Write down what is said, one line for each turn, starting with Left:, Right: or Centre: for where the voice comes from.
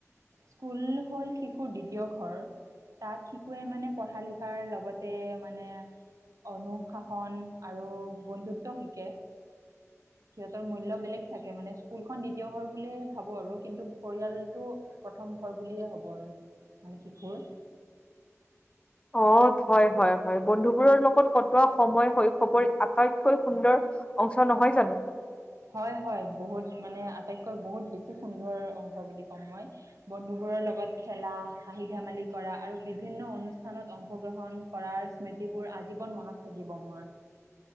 Right: স্কুল হ'ল শিশুৰ দ্বিতীয় ঘৰ তাত শিশুয়ে মানে, পঢ়া-লিখাৰ লগতে মানে অনুশাসন আৰু বন্ধুত্ব শিকে। সিহঁতৰ মূল্য বেলেগ থাকে, মানে স্কুলখন দ্বিতীয় ঘৰ বুলিয়ে ভাবোঁ আৰু কিন্তু পৰিয়ালটো প্ৰথম ঘৰ বুলিয়েই হ'ব আৰু মানে শিশুৰ।
Left: অ', হয়, হয়, হয়। বন্ধুবোৰৰ লগত কটোৱা সময় শৈশৱৰ আটাইতকৈ সুন্দৰ অংশ নহয় জানো?
Right: হয়, হয়, বহুত মানে আটাইতকৈ বহুত বেছি সুন্দৰ অংশ বুলি ক'ম মই। বন্ধুবোৰৰ লগত খেলা, হাঁহি ধেমালি কৰা আৰু বিভিন্ন অনুষ্ঠানত অংশগ্ৰহণ কৰাৰ মৃতিবোৰ আজীৱন মনত থাকিব মোৰ।